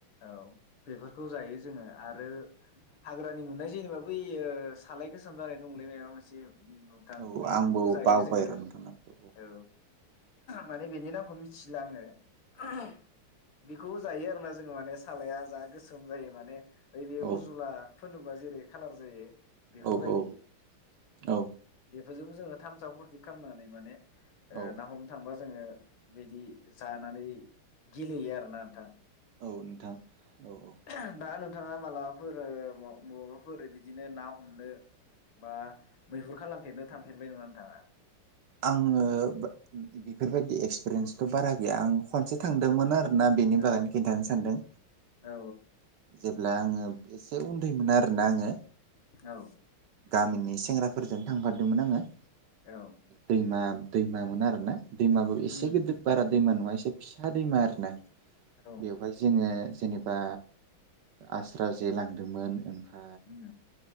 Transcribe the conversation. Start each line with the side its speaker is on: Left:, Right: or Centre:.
Left: औ बेफोरखौ जायो जोङो आरो हाग्रा नि <unintelligible> नाय जेनेबा बैयो सालाय गोसोम जानाय दंलै माबा मोनसे नोंथां
Right: औ
Left: बेखौबो
Right: आंबो
Left: जायो
Right: बावबाय
Left: जोङो
Right: र' नोंथां नामखौ
Left: औ माने बेनि नामखौ मिथिला आङो <inaudible> बेखौबो जायो आरोना जोङो माने सालाया जा गो सोम जायो माने ओइ बे
Right: औ
Left: उजुला फुनोबा जेरै खालार जायो बेफोरबायदि
Right: औ औ औ
Left: बेब फोरजोंबो जोङो थामसा फुरथि खालामनानै माने ओ
Right: औ
Left: ना हमनो थांबा जोङो बिदि जानानै गेलेयो आरोना नोंथां।
Right: औ नोंथां औ औ
Left: दानो <unintelligible> नोंथाङा मालाबाफोर माबाफोर बिदिनो ना हमनो बा मैहुर खालामफेरनो थांफेरबाय नङा नोंथाङा
Right: आङो बेफोरबायदि एक्स। प्रन्स <unintelligible> बारा गैया खसे थांदोंमोन आरोना बेनि
Left: औ
Right: बागैनो खिथानो सानदों
Left: औ
Right: जेब्ला आंङो मोना आरोना आङो
Left: औ
Right: गामिनि सेंग्राफोरजों थांफादोंमोन होदोंमोन आङो
Left: औ
Right: दैमा दैमा मोन आरो ना दैमाबो एसे
Left: उम
Right: गिदिर बारा दैमा नङा एसे एसे फिसा दैमा आरो ना
Left: औ
Right: बेवहाय जोङो जेनेबा आस्रा जे लांदोंमोन ओमफ्राय
Left: उम